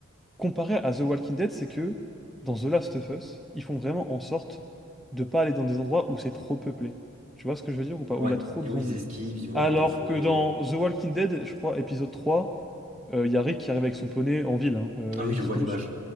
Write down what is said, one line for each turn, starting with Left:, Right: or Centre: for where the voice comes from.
Centre: comparé à The Walking Dead, c'est que dans The Last of Us, ils font vraiment en sorte de pas aller dans des endroits où c'est trop peuplé. Tu vois ce que je veux dire ou pas? Où
Right: Ouais.
Centre: il y a trop
Right: Et
Centre: de
Right: oui,
Centre: zombies.
Right: ils esquivent, ils vont
Centre: Alors
Right: dans des forêts.
Centre: que dans
Right: euh.
Centre: The Walking Dead, je crois, épisode 3, euh, il y a Rick qui arrive avec son poney en ville hein, euh,
Right: Ah oui,
Centre: et
Right: je
Centre: qui
Right: vois
Centre: tombe
Right: l'image.
Centre: sur...